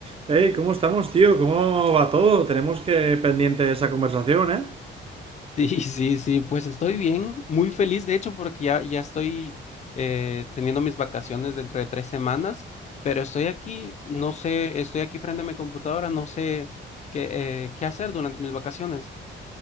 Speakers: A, on the right; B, on the left.
A: Hey, ¿cómo estamos, tío? ¿Cómo va todo? Tenemos que pendiente esa conversación, ¿eh?
B: Sí, sí, sí, pues estoy bien, muy feliz de hecho porque ya, ya estoy eh, teniendo mis vacaciones dentro de tres semanas, pero estoy aquí, no sé, estoy aquí frente a mi computadora, no sé qué, eh, qué hacer durante mis vacaciones.